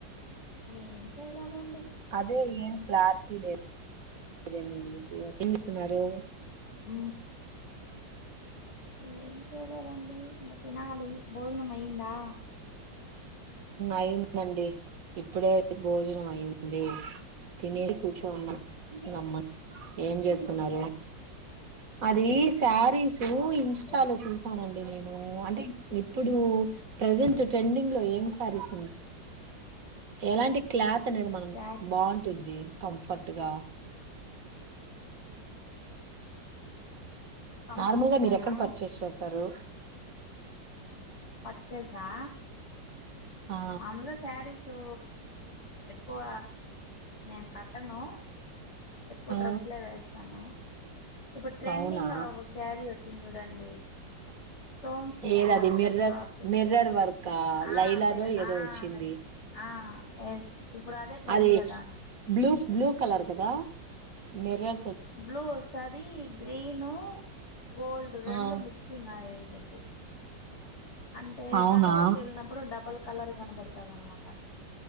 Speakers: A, on the left; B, on the right.
A: ఏం చెయలేదు అండి
B: అదే ఏం క్లారిటీ లేదుదేోనీస్ ఏం చేస్తున్నారు
A: అ ఏం చేయలేదండి ఇంకా తినాలి బోజనం అయ్యిందా
B: అయిందండి ఇప్పుడే భోజనం అయి్యంది తినేసి కూర్చోన్నా గమ్మ ఏం చేస్తున్నారు అది శారీ ఇన్స్టాలో
A: ఏ
B: చూసానండి నేను అంటే ఇప్పుడు ప్రెజెంట్ ట్రెండింగ్ లో ఏం ారీస్ ఎలాంటి క్లాత్ అనేది మనం
A: సార్
B: బాగుంటుంది కంఫర్ట్గా
A: కంఫర్ట్
B: నార్మల్ గా మీరు
A: గానా
B: ఎక్కడ పర్చేస్ చేస్తారు
A: పర్చేస్ ఆ
B: ఆ
A: మాములుగ శారీసు ఎక్కువ నేను కట్టను ఎక్కువ
B: ఆ
A: డ్రెస్లే వేస్తాను ఇప్పుడు ట్రెండింగ్
B: అవునా
A: ఒక శారీ వచ్చింది చూడండి స్టోన్స్ వచ్చి
B: ఏది అది
A: అదేదో
B: మిర్రర్
A: క్లాత్
B: మిర్రర్ వర్క్
A: ఆ
B: లైలదో
A: మీరు
B: ఏదో
A: ఆ
B: వచ్చింది
A: మీరు ఆ ఎస్ ఇప్పుడు అదే ట్రెండ్
B: అది
A: కదా
B: బ్లూ బ్లూ కలర్ కదా మిర్రర్
A: బ్లూ వస్తాది గ్ ఈను గోల్డ్ రెండు
B: ఆ
A: మిక్సింగ్ ఆయిల్ తొంగి అంటే
B: అవునా
A: సన్లోకి వెళ్ళినప్పుడు డబల్ కలర్ కనబడతాది అనమాట